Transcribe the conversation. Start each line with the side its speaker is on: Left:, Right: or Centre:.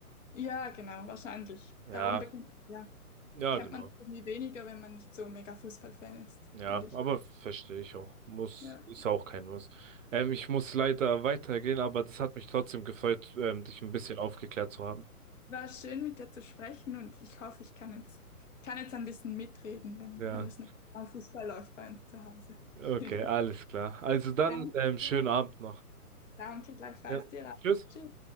Left: ja, genau, wahrscheinlich.
Right: Ja,
Left: Darum bekommt, ja,
Right: ja,
Left: kennt
Right: genau.
Left: man das irgendwie weniger, wenn man nicht so mega Fußballfan ist,
Right: Ja,
Left: finde ich.
Right: aber verstehe ich auch. Muss,
Left: Ja.
Right: ist auch kein Muss. Ähm, ich muss leider weitergehen, aber das hat mich trotzdem gefreut, ähm, dich ein bisschen aufgeklärt zu haben.
Left: War schön, mit dir zu sprechen und ich hoffe, ich kann jetzt, kann jetzt ein bisschen mitreden, wenn,
Right: Ja.
Left: wenn das nächste Mal Fußball läuft bei uns zu Hause.
Right: Okay,
Left: <laughs>
Right: alles klar. Also dann,
Left: Danke.
Right: ähm, schönen Abend noch.
Left: Danke, gleichfalls
Right: Ja.
Left: dir. auch.
Right: Tschüss.
Left: Tschüss.